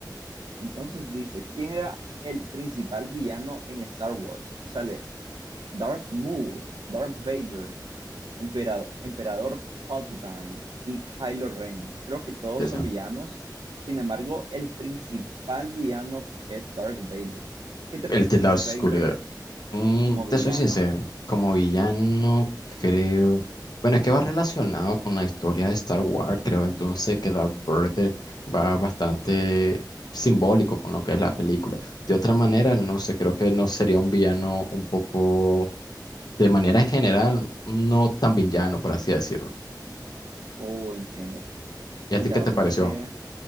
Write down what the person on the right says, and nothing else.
Entonces dice, ¿quién era el principal villano en Star Wars? Y sale Darth Maul, Darth Vader, Emperado- Emperador Palpatine y Kylo Ren. Creo que todos
son
villanos. Sin embargo, el principal villano es Darth Vader. ¿Qué te
parece
Darth
Vader
como villano?
Oh, entiendo. Sí,
la
verdad
es que,